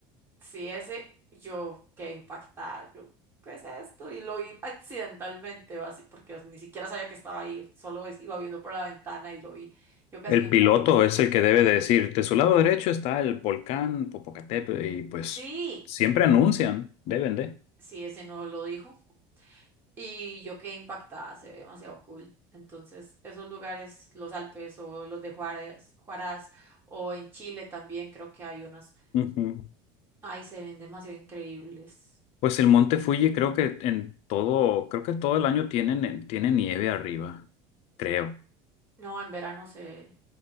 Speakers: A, on the right (about 20°); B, on the left (about 55°).
A: sí, ese, yo quedé impactada. Yo, ¿qué es esto? Y lo vi accidentalmente, así, porque ni siquiera sabía que estaba ahí, solo es- iba viendo por la ventana y lo vi. Yo casi
B: El
A: me
B: piloto
A: muero.
B: es el que debe de decir, de su lado derecho está el volcán Popocatépetl y pues
A: Sí,
B: siempre anuncian, deben de.
A: sí, ese no lo dijo. Y yo quedé impactada, se ve demasiado cool. Entonces, esos lugares, los Alpes o los de Juárez, Juárez, o en Chile también creo que hay unas.
B: Ujú.
A: Ay, se ven demasiado increíbles.
B: Pues el Monte Fuji creo que en todo, creo que todo el año tienen, tiene nieve arriba, creo.
A: No, en verano se